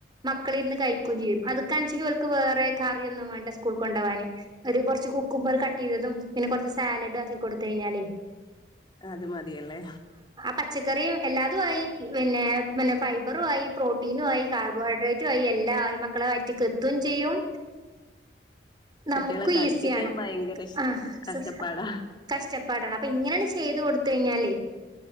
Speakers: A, on the right; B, on the left.
A: മക്കളിരുന്ന് കഴിക്കൂം ചെയ്യും അത്ക്കാണെച്ചെങ്കി ഓൽക്ക് വേറെ കറിയൊന്നും വേണ്ട സ്കൂൾക്കൊണ്ടോവാന് ഒരു കൊറ്ച്ച് കുക്കുമ്പറ് കട്ടീതതും പിന്നെ കൊറച്ച് സാലഡും ആക്കികൊടുത്ത് കഴിഞ്ഞാലെയ്
B: അത് മതിയല്ലേ
A: പച്ചക്കറി എല്ലാതുആയി പിന്നെ ഫൈബറു ആയി പ്രോട്ടീനു ആയി കാർബോഹൈഡ്രേറ്റു ആയി എല്ലാ എല്ലാ ആയി മക്കളെ വയറ്റിക്ക് എത്തും ചെയ്യും നമുക്കും
B: കുട്ടികളെ കഴിപ്പിക്കാൻ
A: ഈസിയാണ്
B: ഭയങ്കര
A: ആഹ് <unintelligible>
B: കഷ്ടപ്പാടാ
A: കഷ്ട പ്പെടണം അപ്പൊ ഇങ്ങനെയൊന്ന് ചെയ്ത് കൊടുത്ത് കഴിഞ്ഞാലെ